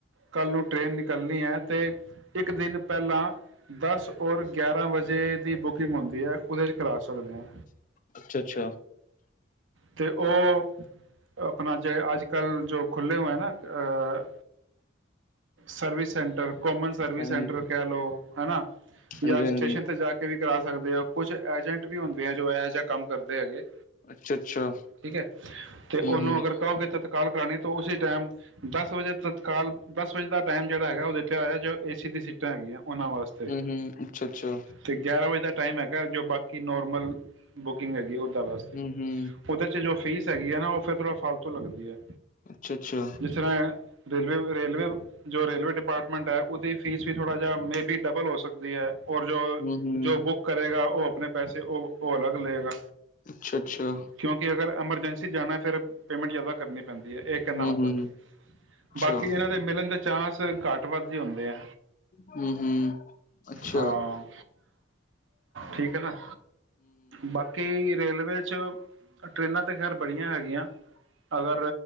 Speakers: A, on the right; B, on the left.
A: ਕੱਲ੍ਹ ਨੂੰ ਟ੍ਰੇਨ ਨਿਕਲਣੀ ਹੈ ਤੇ ਇੱਕ ਦਿਨ ਪਹਿਲਾਂ ਦਸ ਔਰ ਗਿਆਰਾਂ ਵਜੇ ਦੀ ਬੁਕਿੰਗ ਹੁੰਦੀ ਹੈ ਉਹਦੇ ਚ ਕਲਾਸ ਸਕਦੇ ਹ
B: ਅੱਛਾ ਅੱਛਾ
A: ਤੇ ਉਹ ਆਪਣਾ ਜੇ ਅੱਜ ਕੱਲ੍ਹ ਜੋ ਖੁੱਲ੍ਹੇ ਹੋਏ ਨਾ ਅਹ ਸਰਵਿਸ ਸੈਂਟਰ ਕੋਮਨ ਸਰਵਿਸ
B: ਹਾਂਜੀ,
A: ਸੈਂਟਰ ਕਹਿ ਲਓ ਹਨਾ ਜਾਂ
B: ਹਾਂਜੀ-ਹਾਂਜੀ,
A: ਸਟੇਸ਼ਨ ਤੇ ਜਾ ਕੇ ਵੀ ਕਰਾ ਸਕਦੇ ਆ ਕੁਛ ਏਜੰਟ ਵੀ ਹੁੰਦੇ ਆ ਜੋ ਇਹੋ ਜਿਹਾ ਕੰਮ ਕਰਦੇ ਹੈਗੇ
B: ਅੱਛਾ-ਅੱਛਾ,
A: ਠੀਕ ਹੈ ਤੇ ਉਹਨੂੰ
B: ਹੂੰ-ਹੂੰ,
A: ਅਗਰ ਕਹੋਗੇ ਤਾਂ ਕਾਲ ਕਰਨੀ ਤਾਂ ਉਸ ਟਾਈਮ ਦਸ ਵਜੇ ਤ ਕੱਲ੍ਹ ਦਸ ਵਜੇ ਦਾ ਟਾਈਮ ਜਿਹੜਾ ਹੈਗਾ ਉਹ ਦਿੱਤਾਿਆ ਹੋਇਆ ਜੋ ਏ ਸੀ ਦੀ ਸੀਟਾਂ ਹੈਗੀਆਂ ਉਹਨਾਂ ਵਾਸਤੇ
B: ਹੂੰ-ਹੂੰ, ਅੱਛਾ-ਅੱਛਾ,
A: ਤੇ ਗਿਆਰਾਂ ਵਜੇ ਤੱਕ ਟਾਈਮ ਹੈਗਾ ਜੋ ਬਾਕੀ ਨੋਰਮਲ ਬੁਕਿੰਗ ਹੈਗੀ ਉਹ ਵਾਸਤੇ
B: ਹੂੰ-ਹੂੰ।
A: ਉਹਦੇ ਚ ਜੋ ਫੀਸ ਹੈਗੀ ਨਾ ਫਿਰ ਥੋੜਾ ਫਾਲਤੂ ਲੱਗਦੀ ਹੈ
B: ਅੱਛਾ ਅੱਛਾ
A: ਜਿਸ ਤਰ੍ਹਾਂ ਰੇਲਵੇ ਰੇਲਵੇ ਜੋ ਰੇਲਵੇ ਡਿਪਾਰਟਮੈਂਟ ਹੈ ਉਹਦੀ ਫੀਸ ਵੀ ਥੋੜਾ ਜਿਹਾ ਮੇਬੀ ਡਬਲ ਹੋ ਸਕਦੀ ਹੈ ਔ ਜੋ
B: ਹੂੰ-ਹੂੰ।
A: ਜੋ ਬੁੱਕ ਕਰੇਗਾ ਉਹ ਆਪਣੇ ਪੈਸੇ ਉਹ ਉਹ ਅਲੱਗ ਲਏਗਾ
B: ਅੱਛਾ-ਅੱਛਾ,
A: ਕਿਉਂਕਿ ਅਗਰ ਐਮਰਜੈਂਸੀ ਜਾਣਾ ਫਿਰ ਪੇਮੈਂਟ ਜ਼ਿਆਦਾ ਕਰਨੀ ਪੈਂਦੀ ਹੈ ਇਹ ਕਹਿੰਦਾ
B: ਹੂੰ-ਹੂੰ,
A: ਮਤਲਬ
B: ਅੱਛਾ,
A: ਬਾਕੀ
B: ਹੂੰ-ਹੂੰ, ਅੱਛਾ, ਹੂੰ-ਹੂੰ, ਹੂੰ,
A: ਇਹਨਾਂ ਦੇ ਮਿਲਣ ਚਾਂਸ ਘੱਟ ਵੱਧ ਹੁੰਦੇ ਆ
B: ਹੂੰ ਅੱਛਾ ਹੂੰ ਹੂੰ ਅੱਛਾ
A: ਹਾਂ ਠੀਕ ਹੈ ਨਾ ਬਾਕੀ ਰੇਲਵੇ ਜੋ ਟਰੇਨਾਂ ਤੇ ਖੈਰ ਬੜੀਆਂ ਹੈਗੀਆਂ ਅਗਰ